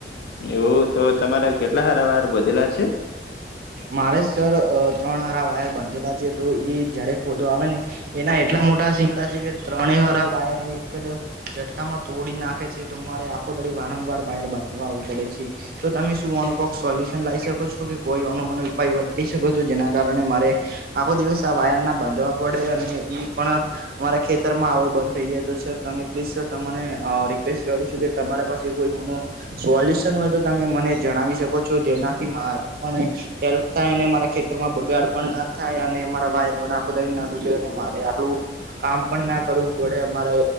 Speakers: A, on the left; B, on the right.
A: એવું તો તમારા કેટલા હારાવાર બધેલા છે
B: મારે સર ત્રણ હાર વાયર બાંધેલા છે તો એ જયારે ખોદો આવે ને એના એટલા મોટા સીંગડા છે કે ત્રણે હરા વાયર એક જ ઝટકામાં તોડી નાખે છે તો મારે આખો દડી વારંવાર વાયર બાંધવા આવવું પડે છે તો તમે શું આનું કોક સોલ્યુશન લાવી શકો છો કે કોઈ અનુમન ઉપાય બતાઈ શકો છો જેના કારણે મારે આખો દિવસ આ વાયર ના બાંધવા પડે અને ઈ પણ અમારા ખેતરમાં આવો બંધ થઈ જાય તો સર તમે પ્લીઝ સર તમને રિક્વેસ્ટ કરું છું કે તમારા પાસે કોઈ સોલ્યુશન હોય તો તમે મને જણાવી શકો છો જેનાથી મા પણ એક્સ હેલ્પ થાય અને મારા ખેતરમાં બગાડ પણ ના થાય અને મારા વાયર પણ આખો ત ના તૂટે મારે આટલું કામ પણ ના કરવું પડે અમારે